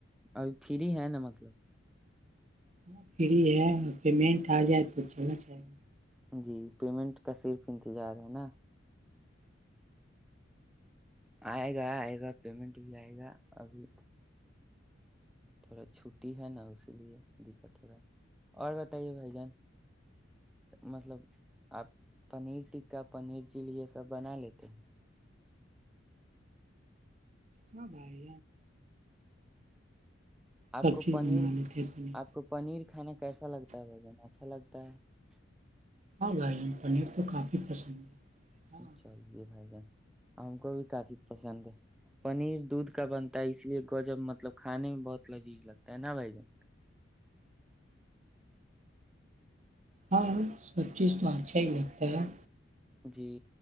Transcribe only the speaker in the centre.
اب فری ہے نا مطلب
جی پیمنٹ کا صرف انتظار ہے نا آئے گا آئے گا پیمنٹ بھی آئے گا ابھی تھوڑا چھٹی ہے نا اسی لیے دقت ہو رہا ہے اور بتائیے بھائی جان مطلب آپ پنیر ٹکا پنیر چلی یہ سب بنا لیتے ہیں
آپ
کو
پنیر
آپ کو پنیر کھانا کیسا لگتا ہے بھن اچھا لگتا تا
چلیے بھ ج ہم کو بھی کافی پسند ہے پنیر دودھ کا بنتا ہے اس لیے گجب مطلب کھانے میں بہت لذیذ لگتا ہے نا بھائی جن
جی